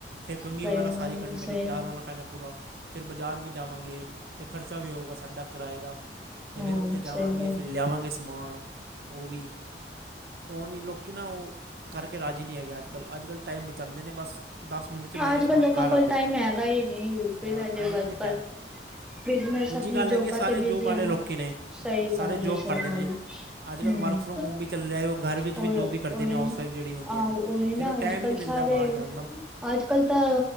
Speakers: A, on the right (about 60°); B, in the centre.
A: ਫੇਰ ਕੰਘੀ
B: ਸਹੀ
A: ਵਗੈਰਾ
B: ਮ
A: ਸਾਰੀ ਕਰਨੀ
B: ਸਹੀ
A: ਪੈਣੀ ਤਿਆਰ
B: ਗੱਲ,
A: ਹੋਣਾ ਪੈਣੈ ਪੂਰਾ ਫਿਰ ਬਜ਼ਾਰ ਵੀ ਜਾਵਾਂਗੇ ਤੇ ਖਰਚਾ ਵੀ ਹੋਊਗਾ ਸਾਡਾ ਕਿਰਾਏ ਦਾ ਤੇ
B: ਹਾਂ
A: ਫੇਰ ਉੱਥੇ ਜਾਵਾਂਗੇ
B: ਸਹੀ ਗੱਲ
A: ਫੇਰ ਲਿਆਵਾਂਗੇ ਸਮਾਨ ਉਹ ਵੀ ਉਹ ਨੀ ਲੋ ਉਹ ਕਰਕੇ ਰਾਜ਼ੀ ਨੀ ਹੈਗੇ ਅੱਜ ਕੱਲ ਅੱਜ ਕੱਲ ਟਾਈਮ ਬਚਾਂਦੇ ਨੇ ਬਸ ਦਸ ਮਿੰਟ 'ਚ ਮੇਰੇ
B: ਅੱਜ
A: ਸਮਾਨ
B: ਕੱਲ ਲੋਕਾਂ
A: ਘਰ
B: ਕੋਲ
A: ਆ ਜੇ
B: ਟਾਈਮ ਹੈਗਾ ਹੀ ਨਹੀਂ ਪਹਿਲੇ
A: ਹਾਂ ਆਇਆ
B: ਵਰਕਰ
A: ਨੀ ਟੈਮ
B: ਬਿਜਨਸ
A: ਦੂਜੀ
B: ਆਪਣੀ
A: ਗੱਲ ਹੈਗੀ
B: ਜੋਬਾਂ
A: ਏ ਸਾਰੇ
B: ਤੇ ਬਿਜ਼ੀ
A: ਜੋਬ ਆਲੇ
B: ਹਨ
A: ਲੋਕੀ ਨੇ
B: ਸਹੀ
A: ਸਾਰੇ
B: ਗੱਲ ਹੈ
A: ਜੋਬ
B: ਸਹੀ
A: ਕਰਦੇ
B: ਗੱਲ
A: ਨੇ
B: ਹੈ
A: ਅੱਜ ਕੱਲ
B: ਹਮ
A: ਵਰਕ ਫਰੋਮ ਹੋਮ ਵੀ ਚੱਲਿਐ ਏ ਉਹ ਘਰ ਵਿੱਚ
B: ਉਹ
A: ਵੀ ਜੋਬ ਵੀ ਕਰਦੇ
B: ਉਹੀ
A: ਨੇ ਹਊਸ
B: ਨਾ
A: ਵਾਈਫ ਜਿਹੜੀ ਹੁੰਦੀਆਂ
B: ਆਹ
A: ਨੇ
B: ਉਹੀ ਨਾ
A: ਫੇਰ ਉਹ ਟੈਈਮ
B: ਅੱਜ ਕੱਲ
A: ਈ ਨੀ ਮਿਲਦਾ
B: ਸਾਰੇ
A: ਬਾਹਰ ਜਾਨ
B: ਅੱਜ ਕਲ ਤਾਂ